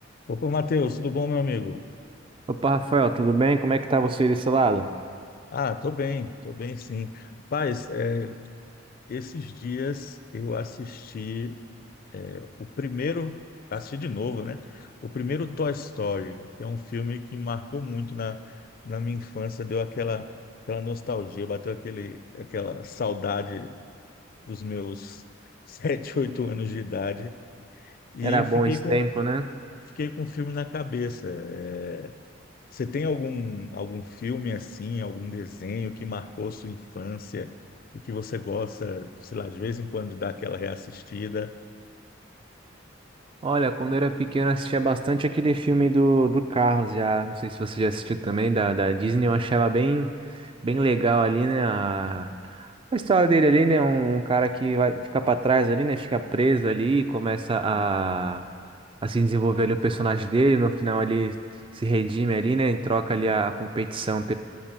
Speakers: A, on the left (about 50°); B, on the right (about 25°).
A: Opa, Matheus, tudo bom, meu amigo?
B: Opa, Rafael, tudo bem? Como é que tá você desse lado?
A: Ah, tô bem, tô bem sim. Rapaz, é, esses dias eu assisti o primeiro, assisti de novo, né? O primeiro Toy Story, que é um filme que marcou muito na, na minha infância, deu aquela, aquela nostalgia, bateu aquele, aquela saudade dos meus <laughs> sete, oito anos de idade e
B: Era
A: fiquei
B: bom esse
A: com,
B: tempo, né?
A: fiquei com o filme na cabeça. é, Você tem algum, algum filme assim, algum desenho que marcou sua infância e que você gosta, sei lá, de vez em quando dá aquela reassistida?
B: Olha, quando eu era pequeno eu assistia bastante aquele filme do, do Carros já. Não sei se você já assistiu também, da, da Disney. Eu achava bem, bem legal ali, né? A, a história dele ali, né? Um, um cara que vai ficar pra trás ali, né? Fica preso ali e começa a, a se desenvolver ali o personagem dele. No final ele se redime ali, né? Em troca ali a, a competição